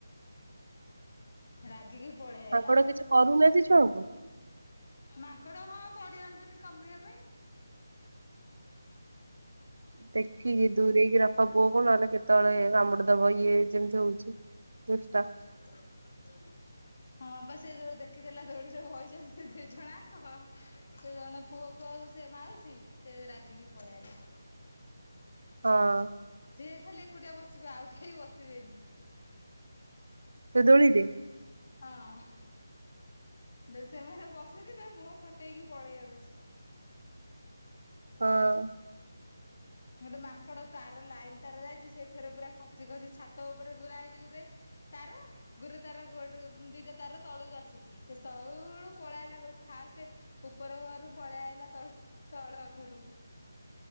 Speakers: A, on the left; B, on the right.
A: ରାଗିକି ପଳେଇ
B: ମାଙ୍କଡ
A: ଆାଇଲା।
B: କିଛି କରୁନାହାନ୍ତି ଛୁଆଙ୍କୁ।
A: ମାଙ୍କଡ ହଁ ତଡି ଆଣୁଛନ୍ତି କାମୁଡିବା ପାଇଁ। ଆୁ
B: ଦେଖିକି, ଦୂରେଇକି ର ଖ ପୁଅକୁ ନହେଲେ କେତେବେଳେ କାମୁଡି ଦବ ଇଏ ଯେମିତି ହଉଛି, ଦୁଷ୍ଟ।
A: ଏ <unintelligible> ହଁ ବା, ସେ ଯୋଉ ଦେଖିଦେଲା ଦୋଳିରେ ବଇଛନ୍ତି ସେ ଦିଜଣ ଆଙ୍କ ସେ ଜଣେ ପୁଅ କୁ ଆଉ ସେ ମାଉସି, ସେ ରାଗିକି ପଳେଇ ଆଇଲା।
B: ହଁ।
A: ସିଏ ଖାଲି ଏକୁଟିଆ ବସିବ, ଆଉ କେହି ବସିବେନି।
B: ତା ଦୋଳିିରେ?
A: ହଁ। ଯଦି ସେମାନେ ବସିଥିବେ, ମୁହଁ ଫଟେଇକି ପଳେଇ ଆଉଚି।
B: ହଁ।
A: ଗୋଟେ ମାଙ୍କଡ ତାର ଲାଇନ୍‌ ତାର ଯାଇଛି ସେଇଥେରେ ପୁରା ଖସି ଖସି ଛାତ ଉପରେ ଗୁରା ହେଇଛି ଗୁରେ ତାର? ଗୁରେ ତାର ଗୋଡ ଦିଟା ତାର ତଳକୁ ଆସିଛି, ସେ ତଳୁ <unintelligible> ପଳାଇଲା ଫାଷ୍ଟ ଉପର ଘରୁ ପଳେଇ ଆଇଲା ତଳ ତଳ ଘରୁକୁ।